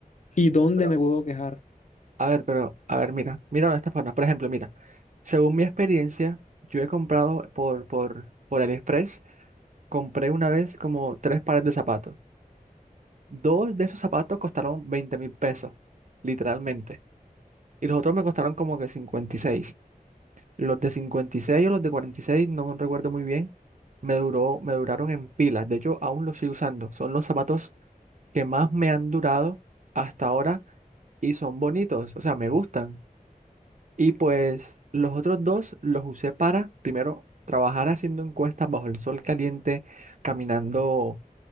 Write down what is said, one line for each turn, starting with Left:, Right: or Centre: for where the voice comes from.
Left: ¿Y dónde
Right: Pero,
Left: me puedo quejar?
Right: a ver, pero, a ver, mira, míralo de esta forma. Por ejemplo, mira, según mi experiencia, yo he comprado por, por, por AliExpress, compré una vez como tres pares de zapatos. Dos de esos zapatos costaron 20 mil pesos, literalmente. Y los otros me costaron como que 56. Los de 56 o los de 46 no recuerdo muy bien, me duró, me duraron en pilas. De hecho, aún los sigo usando. Son los zapatos que más me han durado hasta ahora y son bonitos, o sea, me gustan. Y pues los otros dos los usé para, primero, trabajar haciendo encuestas bajo el sol caliente, caminando